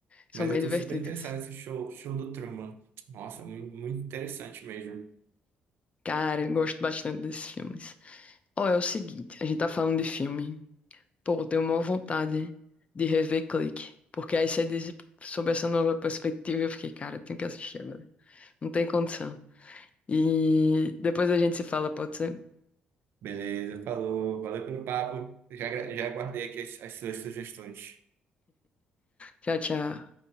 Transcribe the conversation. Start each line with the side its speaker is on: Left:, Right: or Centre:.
Left: São
Right: Mas
Left: bem
Right: eu tô
Left: divertidos.
Right: super interessado nesse show, show do Truman. Nossa, muito, muito interessante mesmo.
Left: Cara, eu gosto bastante desses filmes. Ó, é o seguinte, a gente tá falando de filme. Pô, eu tenho uma vontade de rever Clique. Porque aí você diz sobre essa nova perspectiva, eu fiquei, cara, eu tenho que assistir agora. Não tem condição. E depois a gente se fala, pode ser?
Right: Beleza, falou. Valeu pelo papo. Já, gra- já guardei aqui as as suas sugestões.
Left: Tchau, tchau.